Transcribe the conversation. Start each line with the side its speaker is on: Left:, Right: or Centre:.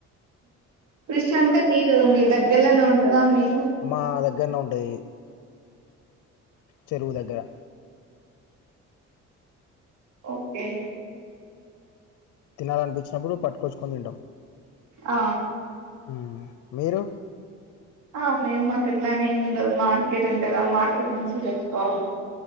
Right: fish అంటే మీరు మీ దగ్గర్లోనే ఉంటందా మీకు
Left: మా దగ్గర్లో ఉంటయ్ చెరువు దగ్గరా
Right: ఓకే
Left: తినాలనిపించినప్పుడు పట్కొచ్చుకొని తింటాం
Right: ఆ
Left: హుమ్ మీరు
Right: ఆవ్మేమ్ మాకట్లానేం ఉండదు మార్కెట్ ఉంటది ఆ మార్కెట్ నుంచి తెచ్చుకోవాలి